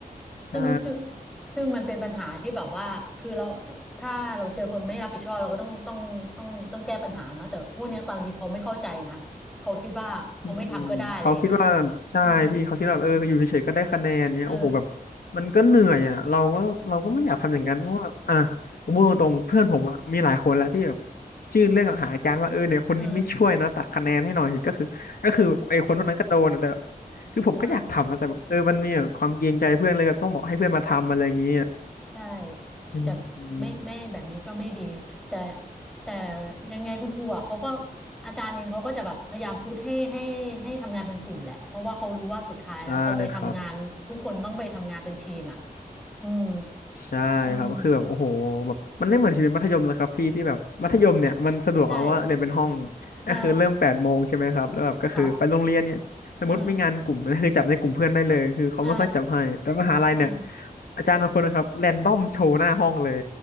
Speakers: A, in the centre; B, on the left.
A: ซึ่งซึ่ง
B: ใช่
A: ซึ่งมันเป็นปัญหาที่แบบว่าคือเราถ้าเราเจอคนไม่รับผิดชอบเราก็ต้องต้องต้องต้องแก้ปัญหาเนาะแต่ผู้เนี้ยบางทีเขาไม่เข้าใจนะ เขาคิดว่าเขาไม่ทำก็ได้อะไรอย่างเงี้ย
B: อืมเขาคิดว่าใช่พี่เขาคิดว่าเอออยู่เฉยๆก็ได้คะแนนเนี่ยโอ้โหแบบ
A: อืมอืมเออ
B: มันก็เหนื่อยอ่ะเราก็เราก็ไม่อยากทำอย่างนั้นเพราะว่าอ่ะ
A: อืม
B: ผมพูดตรงๆเพื่อนผมอ่ะมีหลายคนแล้วที่แบบ
A: อืม
B: ชื่นเรื่องกับหาอาจารย์ว่าเออเนี่ยคนนี้ไม่ช่วยนะตัดคะแนนให้หน่อยก็คือก็คือไอ้คนพวกนั้นก็โดนอะแต่
A: เออเออ
B: คือผมก็อยากทำนะแต่แบบเออมันมีแบบความเกรงใจเพื่อนเลยแบบต้องบอกให้เพื่อนมาทำอะไรอย่างเงี้ย
A: เออ ใช่
B: อืม
A: แต่ไม่ไม่แบบนี้ก็ไม่ดีแต่แต่ยังไงคุณครูอ่ะเขาก็อาจารย์เองเขาก็จะแบบพยายามพุชให้ให้ให้ทำงานเป็นกลุ่มแหละเพราะว่าเขารู้ว่าสุดท้ายแล้วพอไปทำงานทุกคนต้องไปทำงานเป็นทีมอ่ะ
B: ใช่ครับ
A: อืม
B: ใช่ครับก็คือแบบโอ้โหแบบมันไม่เหมือนชีวิตมัธยมนะครับพี่ที่แบบมัธยมเนี่ยมันสะดวกเอาว่าเรียนเป็นห้อง
A: อืมใช่เออ
B: ก็คือเริ่มแปดโมงใช่ไหมครับแล้วแบบก็คือไปโรงเรียนเนี่ยสมมติมีงานกลุ่มก็คือจับในกลุ่มเพื่อนได้เลยคือเขาไม่ค่อยจับให้แต่มหาลัยเนี่ย
A: ครับเออเออเออ
B: อาจารย์บางคนนะครับแรนดอมโชว์หน้าห้องเลย